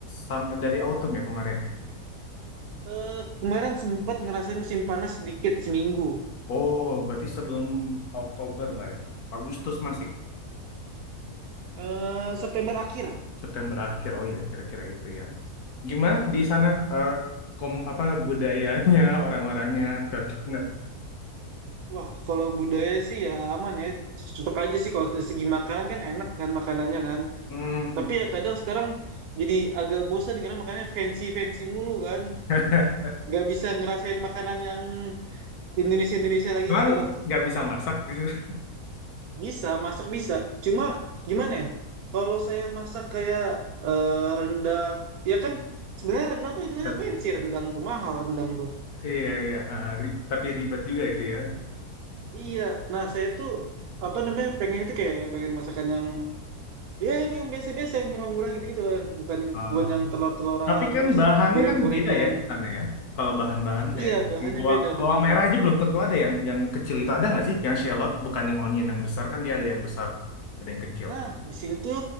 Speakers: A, on the left; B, on the right.
A: sam- dari autumn ya kemarin ya.
B: Eh, kemarin sempat ngerasain musim panas sedikit seminggu.
A: Oh, berarti sebelum Oktober lah ya. Agustus masih,
B: Eh, September akhir.
A: September akhir. Oh ya, kira-kira itu ya. Gimana di sana eh, kom apa budayanya <laughs> orang-orangnya cocok nggak?
B: Wah, kalau budaya sih ya aman ya. Cepet aja sih kalau dari segi makanan kan enak kan makanannya kan.
A: Hmm.
B: Tapi ya kadang sekarang jadi agak bosan karena makanannya fancy-fancy mulu kan.
A: <laughs>
B: Gak bisa ngerasain makanan yang Indonesia-Indonesia lagi
A: Emang
B: gitu loh.
A: nggak bisa masak di situ.
B: Bisa, masak bisa. Cuma gimana ya? Kalau saya masak kayak eh, rendang, ya kan sebenarnya rendang
A: <laughs>
B: tuh hitungannya
A: Tapi-
B: fancy, rendang tuh mahal rendang tuh.
A: Iya iya, ha, ri- tapi ribet juga itu ya.
B: Iya, nah saya tuh apa namanya pengen itu kayak pengen masakan yang ya yang yang biasa-biasa yang murah-murah gitu-gitu loh yang bukan
A: Ah.
B: bukan yang telur-teloran
A: tapi kan
B: terus
A: bahannya
B: goreng-gorengan.
A: kan beda ya di sana ya. Kalau bahan-bahan kayak
B: Iya, bahannya
A: bawang,
B: beda
A: bawang
B: bener.
A: merah aja belum tentu ada yang yang kecil itu ada nggak sih? Yang shallot bukannya onion yang besar kan dia ada yang besar, ada yang kecil.
B: Nah, di sini tuh